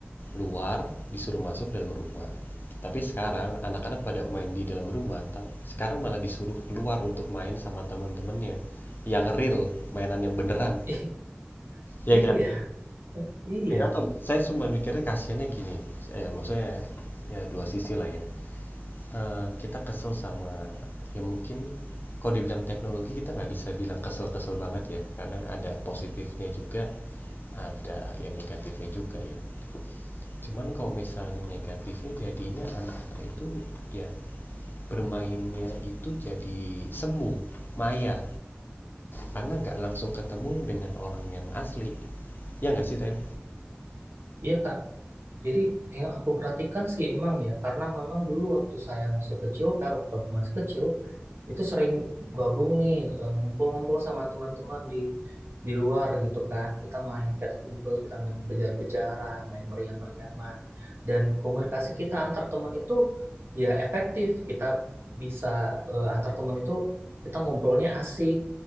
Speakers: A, on the left; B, on the right.
A: luar, disuruh masuk dalam rumah. Tapi sekarang anak-anak pada main di dalam rumah, ta- sekarang malah disuruh keluar untuk main sama temen-temennya. Yang real, mainan yang beneran.
B: <laughs>
A: Ya
B: Iya,
A: kan?
B: iya,
A: Enggak tahu, saya cuma mikirnya kasihannya gini. Eh, maksudnya ya dua sisi lah ya. Eh, kita kesel sama ya mungkin kalau dibilang teknologi kita nggak bisa bilang kesel-kesel banget ya karena ada positifnya juga ada ya negatifnya juga ya cuman kalau misalnya negatifnya jadinya anak-anak itu ya bermainnya itu jadi semu maya karena nggak langsung ketemu dengan orang yang asli ya nggak sih tem
B: iya Kak. Jadi yang aku perhatikan sih emang ya, karena memang dulu waktu saya masih kecil, kak waktu aku masih kecil, itu sering gabung nih, eh, ngumpul-ngumpul sama teman-teman di di luar gitu kan. Kita main petak umpet, kita main kejar-kejaran, main meriam-meriaman. Dan komunikasi kita antar teman itu ya efektif. Kita bisa eh, antar teman itu kita ngobrolnya asik